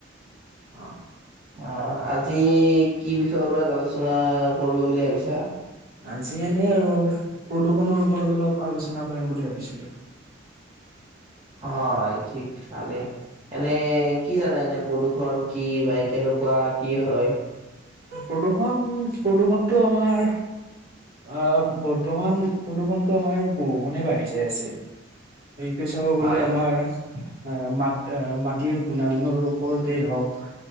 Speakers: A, on the right; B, on the right.
A: অ
B: অ আজি কি বিষয়ত বা আলোচনা কৰিব বুলি ভাবিছা!
A: আজি এনেই আৰু প্ৰদূষণৰ ওপৰত অলপ আলোচনা কৰিম বুলি ভাবিছিলো। <inaudible>
B: হয় ঠিক ভালে এনে কি জানে এনে প্ৰদূৰ্ষণ কি বা কেনেকুৱা । এনেকুৱা কি হয়?
A: প্ৰদূৰ্ষণ প্ৰদূৰ্ষণটো আমাৰ আহ বৰ্তমান প্ৰদূৰ্ষণতটো আমাৰ বহুগুণে বাঢ়ি যায় আছে। সেইটো চাব
B: হয়
A: গলে আমাৰ আহ মাট মাটিৰ গুণাগুণৰ ওপৰতেই হওক